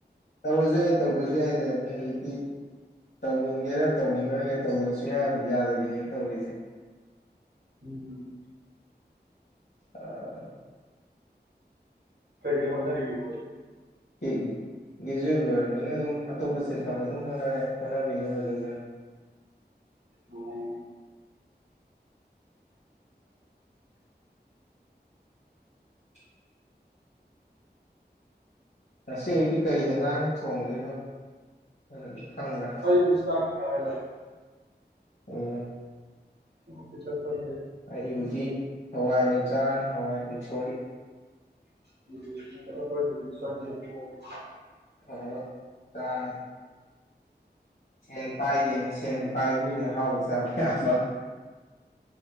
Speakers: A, on the left; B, on the right.
A: ꯇꯧꯔꯁꯨ ꯌꯥꯏ ꯇꯧꯗ꯭ꯔꯁꯨ ꯌꯥꯏ ꯂꯩꯌꯥꯃꯤꯅ ꯍꯧꯖꯤꯛꯇꯤ ꯇꯧꯅꯤꯡꯒꯦꯔ ꯇꯧꯅꯤꯡꯉꯣꯏꯒ ꯇꯧꯗꯕꯁꯨꯌꯥ ꯌꯥꯗꯕꯤꯅꯦꯕ ꯇꯧꯔꯤꯁꯦ
B: ꯎꯝ
A: ꯑ
B: ꯀꯩ ꯍꯣꯠꯅꯔꯤꯒꯦ ꯕꯔꯣꯗꯤ
A: ꯀꯦ ꯏꯛ ꯒꯦꯖꯨꯋꯦꯠ ꯂꯣꯏꯔꯝꯅꯤꯅ ꯑꯗꯨꯝ ꯑꯇꯣꯞꯄ ꯁꯤꯟꯐꯝ ꯑꯗꯨꯝ ꯍꯣꯠꯅꯔꯦ ꯍꯣꯠꯅꯕꯤꯕꯗꯨꯖꯌꯥ <inaudible>
B: ꯑꯣ
A: <inaudible> ꯉꯁꯤ ꯑꯌꯨꯛꯀꯤ ꯀꯔꯤ ꯍꯦꯟꯖꯥꯡ ꯊꯣꯡꯗꯣꯏꯕ ꯑꯗꯨꯗꯤ ꯈꯪꯕ꯭ꯔꯥ
B: ꯑꯩꯗꯤ ꯆꯥꯛ ꯐꯔꯦꯗ
A: ꯑꯣ
B: ꯎ ꯇꯤꯆꯔ ꯐꯌꯦ
A: ꯑꯩꯕꯨꯗꯤ ꯍꯋꯥꯏ ꯑꯣꯏꯟ ꯆꯥꯔꯅꯤ ꯍꯋꯥꯏ ꯃꯨꯛꯁꯣꯔꯤ
B: ꯎ <unintelligible>
A: ꯐꯥꯎꯕ ꯆꯥꯔꯅꯤ ꯁꯦꯟ ꯄꯥꯏꯗꯦꯅꯦ ꯁꯦꯟ ꯄꯥꯏꯕꯨꯏꯗꯤ ꯑꯍꯥꯎꯕ ꯆꯥꯕ ꯌꯥꯕ